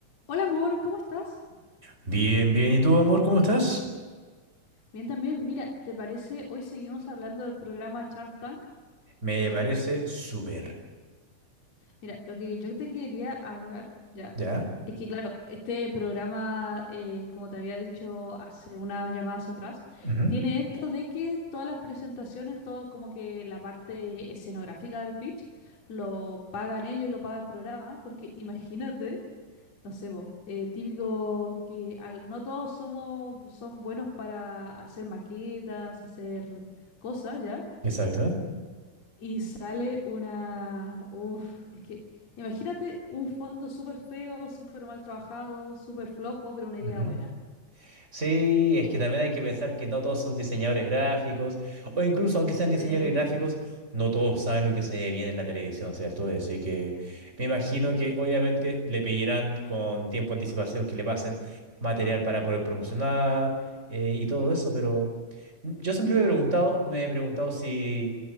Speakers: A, on the left; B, on the right.
A: Hola amor, ¿cómo estás?
B: Bien, bien. ¿Y tú, amor, cómo estás?
A: Bien también, mira, ¿te parece? Hoy seguimos hablando del programa Shark Tank
B: Me
A: México.
B: parece súper.
A: Mira, lo que yo te quería hablar ya
B: ¿Ya?
A: es que, claro, este programa, eh, como te había dicho hace unas llamadas atrás,
B: Ujú,
A: tiene esto de que todas las presentaciones, todo como que la parte escenográfica del pitch, lo pagan ellos, lo paga el programa, porque imagínate. No sé, po, eh, típico que al, no todos somos, son buenos para hacer maquetas, hacer cosas, ¿ya?
B: Exacto.
A: Y sale una... Uf, es que imagínate un fondo súper feo, súper mal trabajado, súper flojo, pero una idea
B: Ujú.
A: buena.
B: Sí, es que también hay que pensar que no todos son diseñadores gráficos, o incluso aunque sean
A: Sí.
B: diseñadores gráficos, no todos saben lo que se ve bien en la televisión, ¿cierto? Así que me imagino que obviamente le pedirán con tiempo de anticipación que le pasen material para poder promocionar eh, y todo eso, pero yo siempre me he preguntado, me he preguntado si